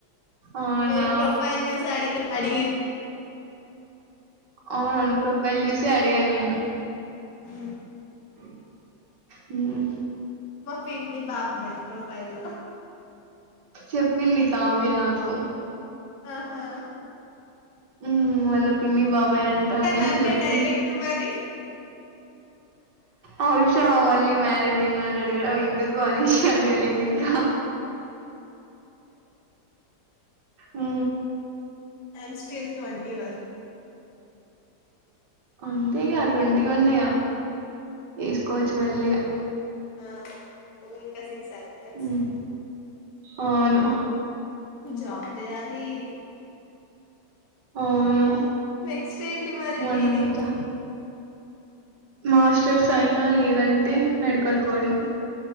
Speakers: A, on the right; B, on the left.
A: అవునా
B: ఫేక్ ప్రోఫైల్ చూసడిగ్. అడిగి
A: అవునవును ప్రోఫైల్ చూసి అడిగాన్ నేను.
B: హ
A: ఊ
B: మా పిన్ని బాబాయ్ ప్రొఫైల్ లో.
A: చెప్పింది. కావ్య నాకు.
B: ఆహ.
A: ఊ వాళ్ళ పిన్ని బాబాయ్ అంట అనేసి
B: నన్నే
A: చెప్పింది.
B: డైరెక్ట్ మరి
A: ఆ విషయం మళ్ళీ మ్యారేజ్ అయ్యిన్. నన్నడగడం ఎందుక్. కొని అడగలేదింకా. ఊ
B: I am still. Twenty one.
A: అంతేగా ట్వంటీ వన్నెగా. చేసుకోవచ్ మెల్లిగ.
B: ఆ పొవే ఇంకా సిగ్. సర్లే.
A: మ్మ్ అవును.
B: జాబ్ జేయాలి.
A: అవును
B: నెక్స్ట్ ఏంటి మరి
A: మన
B: మీది.
A: మీద మాస్టర్స్ అయినా లేదంటే మెడికల్ కోడింగ్.